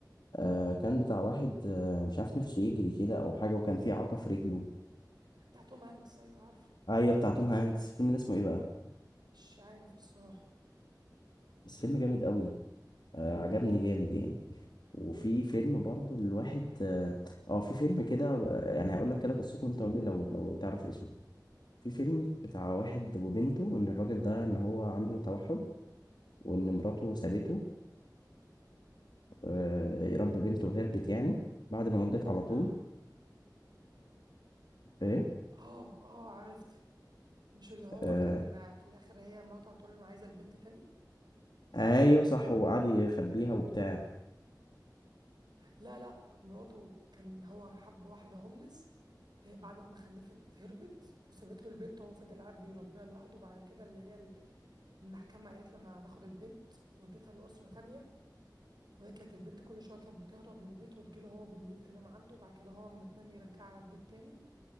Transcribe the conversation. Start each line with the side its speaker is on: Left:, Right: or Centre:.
Left: آه كان بتاع واحد آه مش عارف نفسه يجري كده او حاجه وكان في اعاقه في رجله
Right: بتاع توم هانكس ايوه عارفه
Left: ايوه بتاع توم هانكس الفيلم ده اسمه ايه بقى
Right: مش عارف الصراحه
Left: بس فيلم جامد قوي آه عجبني جامد يعني وفي فيلم برضو الواحد اه آه، في فيلم كده آه، يعني هقول لك كده قصته انت قول لي لو لو تعرف اسمه في فيلم بتاع واحد وبنته ان الراجل ده ان هو عنده توحد وان مراته سابته آه يربي بنته وهربت يعني بعد ما ولدت على طول
Right: قول
Left: ايه
Right: اه اه عرفته مش اللي هو
Left: آه.
Right: كان في الاخر هي مراته هتقول له انا عايزه البنت تاني
Left: ايوه صح وقعد يخبيها وبتاع
Right: لا لا مراته كان هو حب واحده هوملس هي بعد ما خلفت هربت وسابت له البنت وهو فضل قاعد بيربيها لوحده وبعد كده اللي هي المحكمه قالت له انا هناخد البنت وديتها لاسره تانية وهي كانت البنت كل شويه كانت بتهرب من البيت وتجيله هو بالليل تنام عنده وبعد كده هو اما تنام يرجعها على البيت تاني